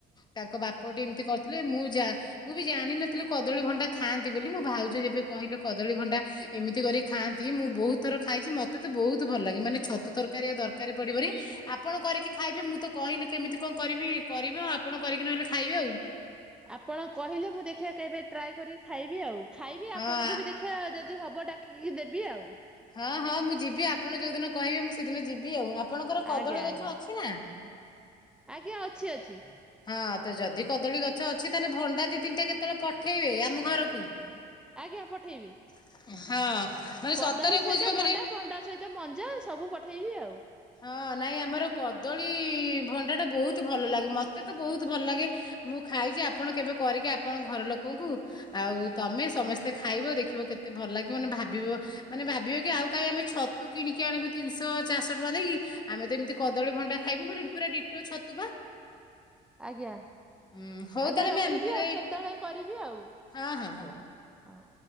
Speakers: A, on the left (about 25°); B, in the centre.
A: ତାଙ୍କ ବାପ ଟି ଏମିତି କରିଥିଲେ ମୁଁ ଯା ମୁଁ ବି ଜାଣିନଥିଲି କ କଦଳୀ ଭଣ୍ଡା ଖାଆନ୍ତି ବୋଲି ମୋ ଭାଉଜ ଯେବେ କହିଲେ କଦଳୀ ଭଣ୍ଡା ଏମିତି କରି ଖାଆନ୍ତି ମୁଁ ବହୁତ ଥର ଖାଇଛି ମ ମତେ ତ ବହୁତ ଭଲ ଲାଗେ ମାନେ ଛତୁ ତରକାରୀ ଆଉ ତରକାରୀ ପଡିବନି। ଆପଣ କରିକି ଖାଇବେ ମୁଁ ତ କହିଲି କେମିତି କଣ କରିବି କରିବ ଆଉ ଆପଣ କରିକି ନହେଲେ ଖାଇବେ ଆଉ।
B: ଆପଣ କହିଲେ ମୁଁ ଦେଖିବା କେବେ ଟ୍ରାଏ କରିକି ଖାଇବି ଆଉ ଖାଇବି
A: ହଁ
B: ଆପଣଙ୍କୁ
A: ଆ-
B: ବି ଦେ ଖିଆ ଯଦି ହେବ ଡାକିକି ଦେବି ଆଉ।
A: ହଁ ହଁ ମୁଁ ଯିବି ଆପଣ ଯୋଉଦିନ କହିବେ ମୁଁ ସେଦିନ ଯିବି ଆଉ ଆପଣଙ୍କର କଦଳୀ
B: ଆଜ୍ଞା
A: ଗଛ
B: ଆଜ୍ଞା
A: ଅଛି ନା?
B: ଆଜ୍ଞା ଅଛି ଅଛି।
A: ହଁ ତ ଯଦି କଦଳୀ ଗଛ ଅଛି ତାହେଲେ ଭଣ୍ଡା ଦି ତିନିଟା କେତେବେଳେ ପଠେଇବେ ଆମ ଘରକୁ।
B: ଆଜ୍ଞା ପଠେଇବି।
A: ହଁ। ମାନେ
B: କଦଳୀ
A: ସତରେ
B: ସହିତ
A: କହୁଛି ବା
B: ଭଣ୍ଡା,
A: ମାନେ
B: ଭଣ୍ଡା ସହିତ ମଞ୍ଜା ସବୁ ପଠେଇବି ଆଉ।
A: ହଁ ନାଇଁ ଆମର କଦଳୀ ଭଣ୍ଡା ଟା ବହୁତ ଭଲ ଲାଗେ। ମତେ ତ ବହୁତ ଭଲ ଲାଗେ। ମୁଁ ଖାଇଚି ଆପଣ କେବେ କରିକି ଆପଣ ଘର ଲୋକଙ୍କୁ ଆଉ ତମେ ସମସ୍ତେ ଖାଇବ। ଦେଖିବ କେତେ ଭଲ ଲାଗିବ ମାନେ ଭାବିବ ମାନେ ଭାବିବେ କି ଆଉ କାଇହିଁ ଆମେ ଛତୁ କିଣିକି ଆଣକୁୁ ତିିନିଶହ ଚାରିଶହ ତ ଟଙ୍କା ଦେଇକି। ଆମେ ତ ଏମତି କଦଳୀ ଭଣ୍ଡା ଖାଇବୁ ପୁରା ଦିଟ ଛତୁ ବା।
B: ଆଜ୍ଞା
A: ହୁଁ ହଉ
B: ଆଜ୍ଞା
A: ତାହେଲେ
B: ରଖୁଚି।
A: ମ୍ୟାମ୍ ତାହେଲେ
B: ଆଉ କେତେବେଳେ କରିବି ଆଉ।
A: ହଁ ହଁ ହଉ।
B: ହଉ।